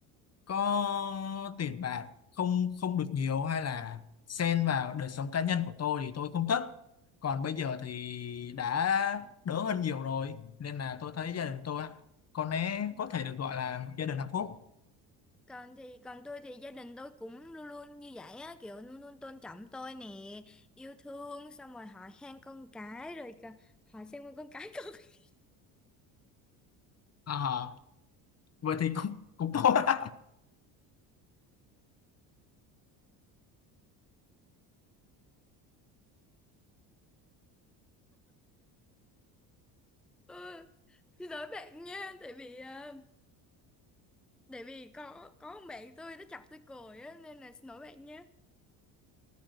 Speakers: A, on the left; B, in the centre.
A: có tiền bạc không không được nhiều hay là xen vào đời sống cá nhân của tôi thì tôi không thích còn bây giờ thì đã đỡ hơn nhiều rồi nên là tôi thấy gia đình tôi á, có lẽ có thể được gọi là một gia đình hạnh phúc
B: Còn thì còn tôi thì gia đình tôi cũng luôn luôn như vậy á, kiểu luôn luôn tôn trọng tôi nè, yêu thương xong rồi hỏi han con cái rồi cả- hỏi xem con cái con. <laughs>
A: à, vậy thì cũng cũng tốt á
B: Ừ, xin lỗi bạn nha, tại vì ờ, Tại vì có có một bạn tôi nó chọc tôi cười á nên là xin lỗi bạn nhé.